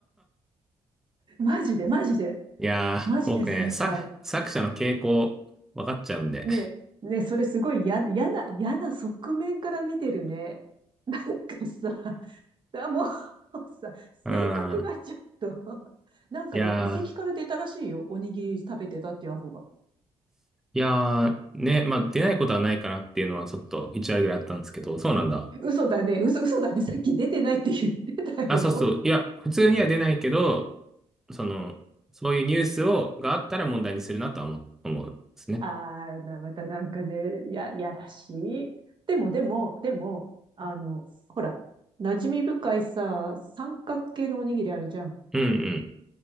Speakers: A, on the right; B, in the centre.
A: マジで、マジで、
B: いやー、
A: マジで正解。
B: 僕ね、作、作者の傾向、分かっちゃうんで。
A: ね、ね、それすごい嫌な、嫌な、嫌な側面から見てるね。なんかさ、だもうさ、性格がちょっと。
B: うん。
A: なんかね、
B: いやー、
A: 遺跡から出たらしいよ。おにぎり食べてたっていう跡が。
B: いやー、ね、まあ、出ないことはないかなっていうのはちょっと1割ぐらいあったんですけど、そうなんだ。
A: 嘘だね、嘘、嘘だね。さっき出てないって言ってたよ。
B: あ、そうそう。いや、普通には出ないけど、その、そういうニュースを、があったら問題にするなとは思う、思うんですね。
A: あーな、またなんかね、や、やらしい。でも、でも、でも、あの、ほら、馴染み深いさ、三角形のおにぎりあるじゃん。
B: うん